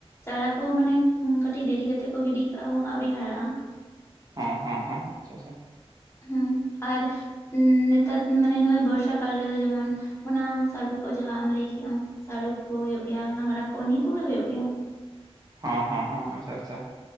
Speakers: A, on the left; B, on the right.
A: ᱪᱟᱨᱟ ᱠᱚ ᱢᱟᱱᱮ ᱠᱟᱹᱴᱤᱡ ᱰᱮᱨᱤ ᱠᱟᱛᱮᱜ ᱠᱚ ᱜᱤᱰᱤ ᱠᱟᱜᱼᱟ ᱟᱹᱣᱨᱤ ᱦᱟᱨᱟᱜᱼᱟ᱾
B: ᱦᱮᱸ ᱦᱮᱸ ᱦᱮᱸ ᱟᱪᱷᱟ ᱟᱪᱷᱟ,
A: ᱦᱩᱸ ᱟᱨ ᱱᱮᱛᱟᱨ ᱢᱟᱱᱮ ᱱᱚᱜᱚᱭ ᱵᱚᱨᱥᱟ ᱠᱟᱞ ᱨᱮᱫᱚ ᱡᱮᱢᱚᱱ ᱚᱱᱟ ᱥᱟᱲᱩ ᱠᱚ ᱡᱟᱦᱟᱸ ᱟᱢ ᱞᱟᱹᱭ ᱠᱮᱜ ᱟᱢ ᱥᱟᱲᱩ ᱠᱚ ᱦᱩᱭᱩᱜ ᱜᱮᱭᱟ ᱜᱷᱟᱸᱜᱽᱨᱟ ᱠᱚ ᱱᱤᱭᱟᱹ ᱠᱚᱜᱮ ᱦᱩᱭᱩᱜ ᱜᱮᱭᱟ᱾
B: ᱦᱚᱸ ᱦᱚᱸ ᱦᱚᱸ ᱟᱪᱪᱷᱟ ᱟᱪᱪᱷᱟ,